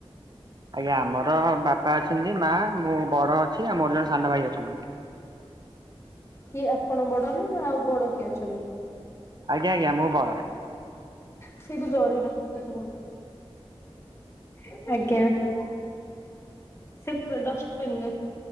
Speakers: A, on the right (about 40°); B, on the left (about 25°).
A: ଆଜ୍ଞା ଆମର ବାପା ଅଛନ୍ତି, ମା ମୁଁ ବଡ ଅଛି ଆଉ ମୋର ଜଣେ ସାନ ଭାଇ ଅଛନ୍ତି।
B: କିଏ ଆପଣ ବଡ ନା ଆଉ ବଡ କିଏ ଅଛନ୍ତି?
A: ଆଜ୍ଞା ଆଜ୍ଞା ମୁଁ ବଡ।
B: ସେଇ ତୁ ଜରିଟା ପକେଇ <unintelligible> ଆଜ୍ଞା। ସେ ପ ଡଷ୍ଟବିନରେ